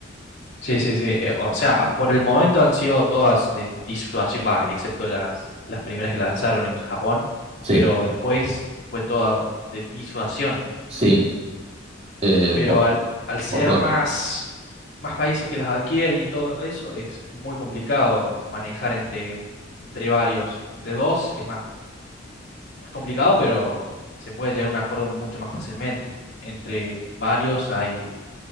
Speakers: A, on the left; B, on the right.
A: Sí, sí, sí. Eh, o sea, por el momento han sido todas de disuasión, va, excepto las, las primeras que lanzaron en Japón,
B: Sí,
A: pero después fue toda de disuasión.
B: sí, eh,
A: Pero
B: por,
A: al, al ser
B: por suerte.
A: más, más países que las adquieren y todo eso, es muy complicado manejar entre, entre varios. Entre dos es más, es complicado, pero se puede llegar a un acuerdo mucho más fácilmente. Entre varios hay